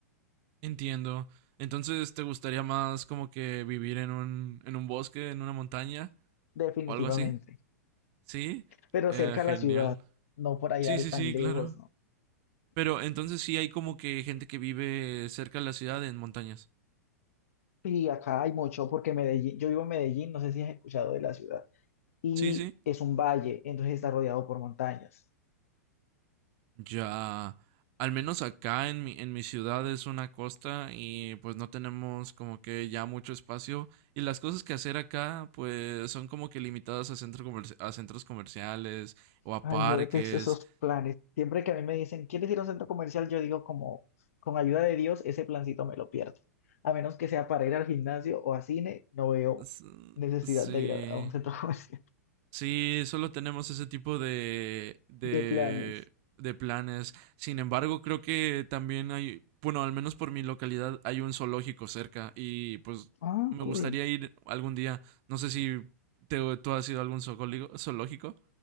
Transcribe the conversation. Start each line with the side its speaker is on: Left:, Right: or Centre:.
Right: entiendo. Entonces, ¿te gustaría más como que vivir en un, en un bosque, en una montaña
Left: definitivamente.
Right: o algo así? Sí,
Left: pero
Right: eh,
Left: cerca de
Right: genial.
Left: la ciudad, no por allá
Right: Sí,
Left: al-
Right: sí,
Left: tan
Right: sí,
Left: lejos,
Right: claro.
Left: ¿no?
Right: Pero entonces sí hay como que gente que vive cerca de la ciudad en montañas.
Left: Y acá hay mucho, porque Medellín, yo vivo en Medellín, no sé si has escuchado de la ciudad, y
Right: Sí, sí.
Left: es un valle, entonces está rodeado por montañas.
Right: Ya. Al menos acá en mi, en mi ciudad es una costa y pues no tenemos como que ya mucho espacio. Y las cosas que hacer acá pues son como que limitadas a, centros a centros comerciales o a
Left: Ay,
Right: parques.
Left: yo detesto esos planes. Siempre que a mí me dicen, ¿quieres ir a un centro comercial? Yo digo como, con ayuda de Dios, ese plancito me lo pierdo. A menos que sea para ir al gimnasio o a cine, no veo
Right: S-
Left: necesidad
Right: Sí.
Left: de ir a a un centro <laughs> comercial
Right: Sí, solo tenemos ese tipo de, de,
Left: de planes.
Right: de planes. Sin embargo, creo que también hay, bueno, al menos por mi localidad hay un zoológico cerca y pues
Left: Ah,
Right: me
Left: cool.
Right: gustaría ir algún día. No sé si te- tú has ido a algún zoocólico- zoológico.